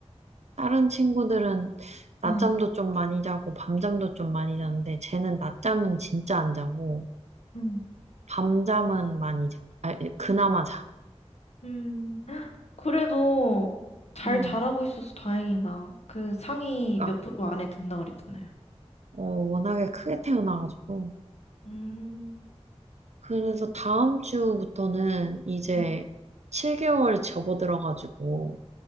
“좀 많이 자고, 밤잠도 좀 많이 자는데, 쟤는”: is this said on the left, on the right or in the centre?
Right